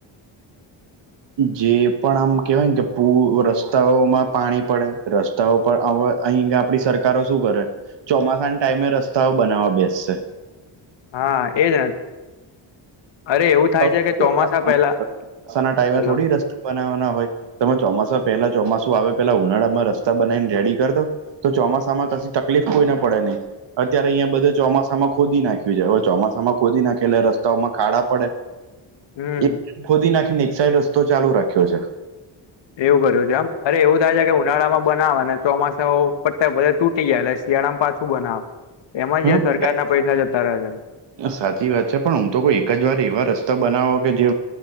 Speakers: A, on the left; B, on the right.
A: <inaudible>
B: જે પણ આમ કહેવાયન કે પૂ રસ્તાઓમાં પાણી પડે. રસ સ્તાઓ પણ આપણે, અહિં આપણી સરકારો શું કરે? ચોમાસાન ટાઈમે રસ્તાઓ બનાવવા બેસશે.
A: હા એ જ <unintelligible> અરે એવું થાય
B: હવે
A: છે, કે ચોમાસા
B: ચોમાસામાં
A: પહેલા,
B: ચોમાસાના ટાઈમે
A: હલો.
B: થોડી રસ્તા બનાવવાના હોય. તમે ચોમાસા પહેલા, ચોમાસું આવે પહેલા ઉનાળામાં બનાઈ ને રેડી કર દો. તો ચોમાસામાં કશી તકલીફ કોઈને પડે નહીં. અત્યારે અહીંયા બધું ચોમાસામાં ખોદી નાખ્યું છે. હવે ચોમાસામાં ખોદી નાખે એટલે રસ્તાઓમાં ખાડા પડે.
A: હમ્મ.
B: એક ખોદી નાખીને એક સાઈડ રસ્તો ચાલુ રાખ્યો છે.
A: એવું કર્યું છે એમ? અરે એવું થાય છે, કે ઉનાળામાં બનાવે, અને ચોમાસાઓ પતે ભરે તૂટી જાય. એટલે શિયાળામ પાછું બનાવે. એમાં જ
B: હમ
A: એ સરકાર ના પૈસા જતા રહે છે.
B: સાચી વાત છે. પણ હું તો કહું, કે એક જ વાર એવા રસ્તા બનાવો, કે જે